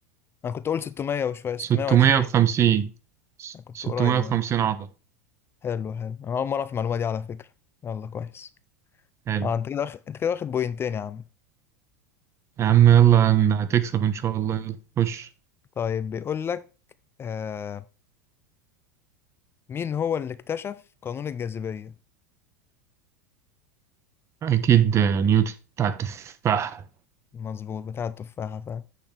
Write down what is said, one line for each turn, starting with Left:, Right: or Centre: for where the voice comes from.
Left: انا كنت اقول 600 وشويه 620
Right: 650
Left: انا كنت
Right: 650
Left: قريب اهو
Right: عضلة
Left: حلو حلو انا اول مره اعرف المعلومه دي على فكره يلا كويس
Right: حلو
Left: اه انت كده واخد انت كده واخد بوينتين يا عم
Right: يا عم يلا هن- هتكسب إن شاء الله يلا خش
Left: طيب بيقول لك آه مين هو اللي اكتشف قانون الجاذبيه
Right: أكيد نيوتن بتاع التفاح
Left: مظبوط بتاع التفاحه فعلا